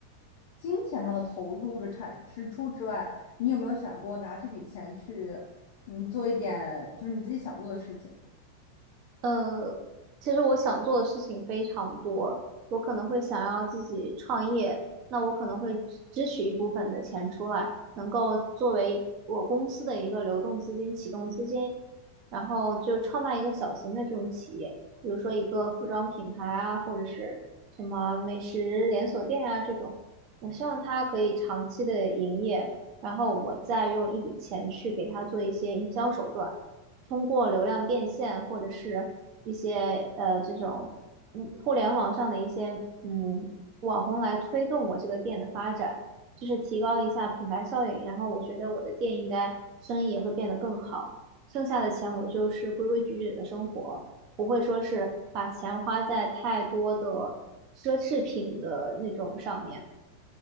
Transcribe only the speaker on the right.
呃，其实我想做的事情非常多，我可能会想要自己创业，那我可能会支支取一部分的钱出来，能够作为我公司的一个流动资金、启动资金，然后就创办一个小型的这种企业，比如说一个服装品牌啊，或者是什么美食连锁店啊这种，我希望它可以长期的营业，然后我再用一笔钱去给它做一些营销手段。通过流量变现或者是一些呃这种嗯互联网上的一些嗯网红来推动我这个店的发展，就是提高一下品牌效应，然后我觉得我的店应该生意也会变得更好，剩下的钱我就是规规矩矩的生活，不会说是把钱花在太多的奢侈品的那种上面。